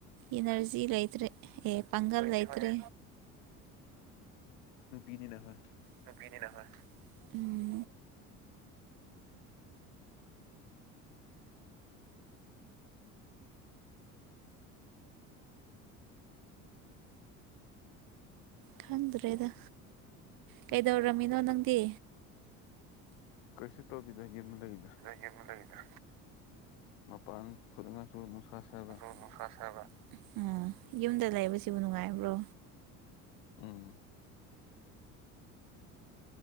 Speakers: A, on the right; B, on the left.
A: ꯏꯅ꯭ꯔꯖꯤ ꯂꯩꯇ꯭ꯔꯦ ꯑꯦ ꯄꯥꯡꯒꯜ ꯂꯩꯇ꯭ꯔꯦ
B: ꯅꯨꯄꯤꯅꯤꯅ ꯍꯣꯏ
A: ꯅꯨꯄꯤꯅꯤꯅ ꯍꯣꯏ ꯎꯝ ꯈꯪꯗ꯭ꯔꯦꯗ ꯀꯩꯗꯧꯔꯝꯃꯤꯅꯣ ꯅꯪꯗꯤ
B: ꯀꯩꯁꯨ ꯇꯧꯗꯦꯗ ꯌꯨꯝ ꯂꯩꯗ
A: ꯌꯨꯝ ꯂꯩꯗ
B: ꯃꯄꯥꯟ ꯊꯣꯅꯤꯡꯁꯨ ꯅꯨꯡꯁꯥ ꯁꯥꯕ
A: ꯎꯅꯨꯡꯁꯥ ꯁꯥꯕ ꯎꯝ ꯌꯨꯝꯗ ꯂꯩꯕꯁꯤꯕꯨ ꯅꯨꯡꯉꯥꯏꯕ꯭ꯔꯣ
B: ꯎꯝ